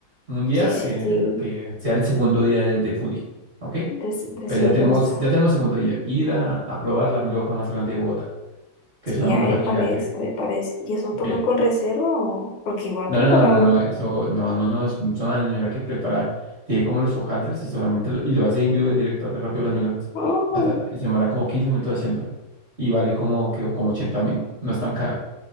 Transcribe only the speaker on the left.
Sí, sí,
sí,
des- decidimos
esto.
Sí,
ya
me
parece, me parece. ¿Y eso toca
con reserva o? Porque igual
preparar
una...
Oh,